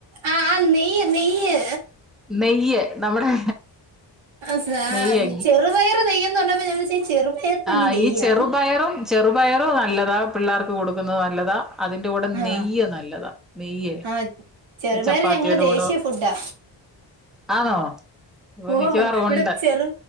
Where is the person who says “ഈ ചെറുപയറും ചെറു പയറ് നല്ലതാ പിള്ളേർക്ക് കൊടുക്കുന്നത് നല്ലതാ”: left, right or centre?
Centre